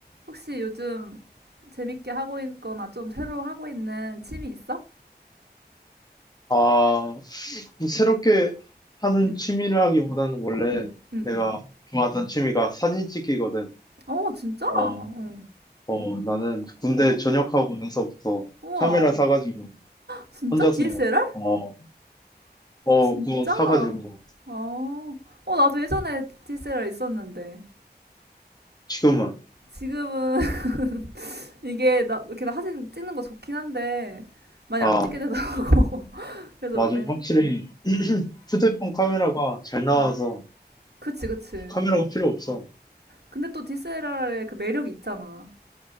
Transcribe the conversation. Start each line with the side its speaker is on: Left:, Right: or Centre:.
Right: 혹시 요즘 재밌게 하고 있거나 좀 새로 하고 있는 취미 있어?
Left: 아, 새롭게 하는
Right: 응,
Left: 취미라기보다는 원래
Right: 응, 응,
Left: 내가
Right: 응.
Left: 좋아하던 취미가 사진 찍기거든.
Right: 어, 진짜?
Left: 어,
Right: 어.
Left: 어, 나는 군대
Right: 우와,
Left: 전역하고 나서부터
Right: 우와.
Left: 카메라 사가지고
Right: 진짜
Left: 혼자서
Right: DSLR?
Left: 어, 어,
Right: 진짜?
Left: 그거 사가지고
Right: 어, 어, 나도 예전에 DSLR 있었는데.
Left: 지금은
Right: 지금은 <laughs> 이게 나 이렇게 사진 찍는 거 좋긴 한데 많이
Left: 아,
Right: 안 찍게 되더라고. <laughs> 그래서
Left: 맞아.
Right: 막 렌,
Left: 확실히
Right: 음,
Left: 휴대폰
Right: 음,
Left: 카메라가 잘 나와서
Right: 음. 그치, 그치.
Left: 카메라가 필요 없어.
Right: 근데 또 DSLR의 그 매력이 있잖아.